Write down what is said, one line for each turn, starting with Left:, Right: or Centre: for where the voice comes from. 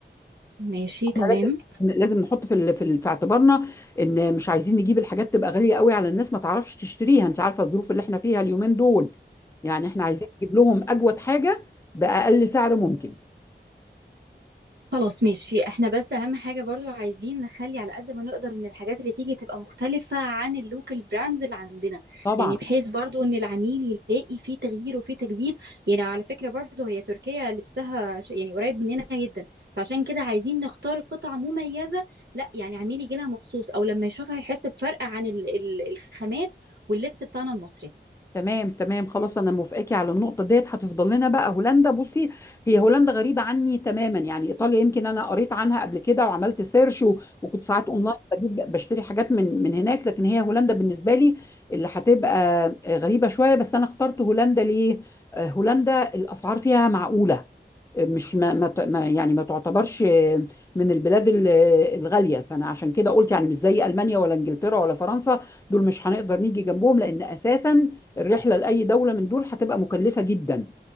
Right: ماشي تمام
Left: لازم لازم نحط في ال- في ال- في اعتبارنا ان مش عايزين نجيب الحاجات تبقى غاليه قوي على الناس ما تعرفش تشتريها انت عارفه الظروف اللي احنا فيها اليومين دول يعني احنا عايزين نجيب لهم اجود حاجه باقل سعر ممكن
Right: خلاص ماشي احنا بس اهم حاجة برضو عايزين نخلي على قد ما نقدر ان الحاجات اللي تيجي تبقى مختلفة عن اللوكال براندز اللي عندنا
Left: طبعا
Right: يعني بحيث برضو ان العميل يلاقي فيه تغيير وفيه تجديد يعني على فكرة برضو هي تركيا لبسها ش- يعني قريب مننا جدا فعشان كده عايزين نختار قطع مميزة لا يعني عميل يجي لها مخصوص او لما يشوفها يحس بفرق عن ال- ال- الخامات واللبس بتاعنا المصري
Left: تمام تمام خلاص انا موافقاكي على النقطه ديت هتفضل لنا بقى هولندا بصي هي هولندا غريبه عني تماما يعني ايطاليا يمكن انا قريت عنها قبل كده وعملت سيرش و- وكنت ساعات اونلاين بجيب بشتري حاجات من من هناك لكن هي هولندا بالنسبه لي اللي هتبقى غريبه شويه بس انا اخترت هولندا ليه آه، هولندا الاسعار فيها معقوله آه، مش ما ما ت- ما- يعني ما تعتبرش آه، من البلاد ال- آه، الغاليه فانا عشان كده قلت يعني مش زي المانيا ولا انجلترا ولا فرنسا دول مش هنقدر نيجي جنبهم لان اساسا الرحلة لأي دولة من دول هتبقى مكلفة جدا